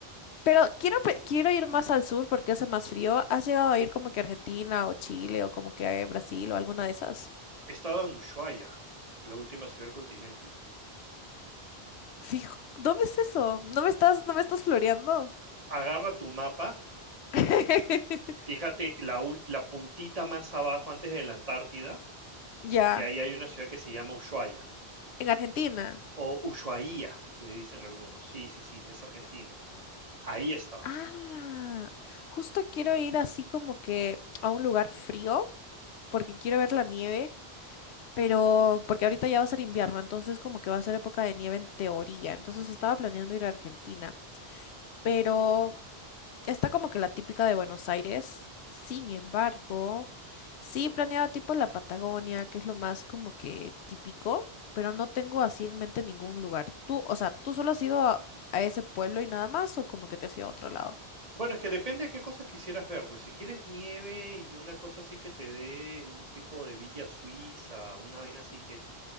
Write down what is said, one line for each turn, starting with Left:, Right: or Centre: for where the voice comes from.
Left: Pero quiero, pe- quiero ir más al sur porque hace más frío. ¿Has llegado a ir como que a Argentina o Chile o como que a Brasil o alguna de esas?
Right: He estado en Ushuaia, la última ciudad del continente.
Left: Fijo, ¿dónde es eso? ¿No me estás, no me estás floreando?
Right: Agarra tu mapa,
Left: <laughs>
Right: fíjate la, ul- la puntita más abajo antes de la Antártida,
Left: Ya,
Right: y ahí hay una ciudad que se llama Ushuaia,
Left: en Argentina.
Right: o Ushuaia, le dicen algunos. Sí, sí, sí, es Argentina. Ahí he estado.
Left: Ah, justo quiero ir así como que a un lugar frío, porque quiero ver la nieve, pero porque ahorita ya va a ser invierno, entonces como que va a ser época de nieve en teoría. Entonces estaba planeando ir a Argentina, pero está como que la típica de Buenos Aires. Sin embargo, sí planeaba tipo la Patagonia, que es lo más como que típico, pero no tengo así en mente ningún lugar. Tú, o sea, ¿tú solo has ido a, a ese pueblo y nada más o como que te has ido a otro lado?
Right: Bueno, es que depende de qué cosas quisieras ver, pues si quieres nieve y una cosa así que te dé un tipo de villa suiza, una vaina así que es,